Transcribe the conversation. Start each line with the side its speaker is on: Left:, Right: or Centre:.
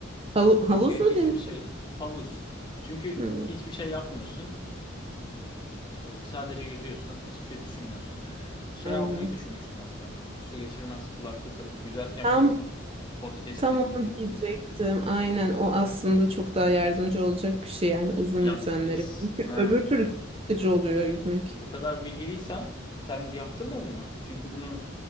Right: Havu-
Left: Çünkü
Right: havuz
Left: hiçbir
Right: mu deniz
Left: şey havuz. Çünkü
Right: mi?
Left: hiçbir şey yapmıyorsun. Ee, sadece yüzüyorsun. Hiçbir şey düşünmüyorsun. Şey
Right: Aynen.
Left: almayı düşünmüştüm hatta. Su geçirmez kulaklık alıp yüzerken
Right: Tam
Left: bir de pod- podcast
Right: tam
Left: dinleyecektim.
Right: onu diyecektim. Aynen o aslında çok daha yardımcı olacak bir şey yani uzun
Left: Yap
Right: yüzenlere.
Left: e, s-
Right: Çünkü
Left: ha,
Right: öbür türlü çok sıkıcı oluyor yüzmek.
Left: bu kadar bilgiliysen sen yaptın mı bunu? Çünkü bunu